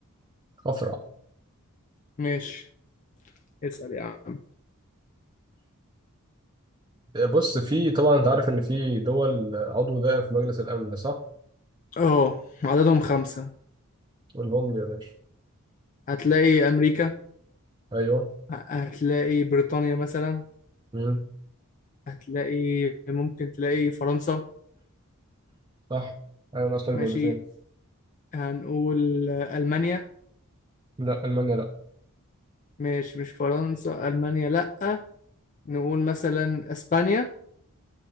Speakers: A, on the right (about 20°); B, on the left (about 35°).
A: أفرع
B: ماشي اسأل يا عم
A: بص في طبعا انت عارف ان في دول عضو دائم في مجلس الامن صح
B: اه عددهم خمسة
A: والهم يا باشا
B: هتلاقي أمريكا
A: ايوه
B: هتلاقي بريطانيا مثلا
A: مم.
B: هتلاقي ممكن تلاقي فرنسا
A: صح ايوه ناقص لك
B: ماشي
A: دولتين
B: هنقول ألمانيا
A: لا المانيا لا
B: ماشي مش فرنسا ألمانيا لأ نقول مثلا أسبانيا